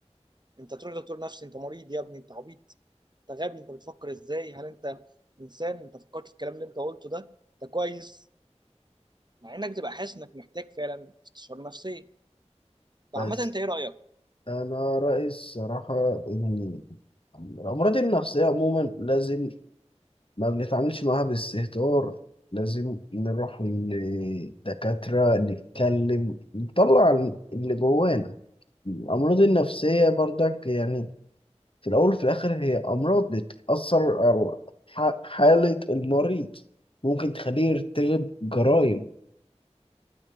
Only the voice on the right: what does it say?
انت تروح دكتور نفسي انت مريض يا ابني انت عبيط انت غبي انت بتفكر ازاي هل انت انسان انت فكرت في الكلام اللي انت قلته ده انت كويس مع انك بتبقى حاسس انك محتاج فعلا استشاره نفسيه فعامه
انت ايه رايك